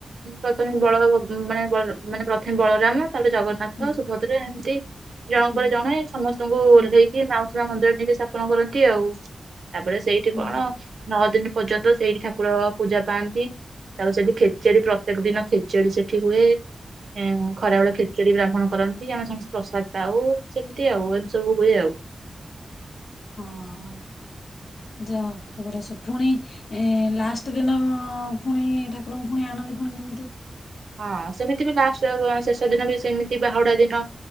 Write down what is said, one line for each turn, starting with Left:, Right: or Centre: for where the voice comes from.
Right: ପ୍ରଥମେ ବଳଭଦ୍ର୍ ମାନେ ମାନେ ପ୍ରଥମେ ବଳରାମ ତାପରେ ଜଗନ୍ନାଥ
Left: ହୁଁ
Right: ସୁଭଦ୍ରା ଏମିତି୍ ଜଣ
Left: ହୁଁ
Right: ପରେ ଜଣେ ସମସ୍ତଙ୍କୁ
Left: ହୁଁ
Right: ଓହ୍ଲେଇକି ନଉ ମନ୍ଦିର ଟିକି ସ୍ଥାପନ କରନ୍ତି ଆଉ। ତାପରେ ସେଇଠି
Left: ହୁଁ
Right: କଣ ନଅ ଦିନି ପର୍ଯ୍ୟନ୍ତ ସେଇଠି ଠାକୁର ପୂଜା ପାଆନ୍ତି ତା ସେଠି ଖେଚେଡି ପ୍ରତ୍ୟେକ ଦିନ ଖେଚେଡି ସେଠି ଏଠି ହୁଏ। ହଁ ଖରାବେଳ ଖିଚୁଡି ବା କଣ କରନ୍ତି ଆମେ ସମସ୍ତେ ପ୍ରସାଦ ପାଉ ସେମିତି ଆଉ ଏମିତି ସବୁ ହୁଏ ଆଉ
Left: ହଁ ଯାଅ ତ ଵଢିସେ ପୁଣି ଏ ଲାଷ୍ଟ ଦିନ ଫୁଣି ଠାକୁରଙ୍କୁ ଫୁଣି ଆଣନ୍ତି ପୁଣି କେମିତି
Right: ହଁ ସେମିତି ବି ଲାଷ୍ଟ ଶେଷ ଦିନ ବି ସେମିତି ବାହୁଡା ଦିନ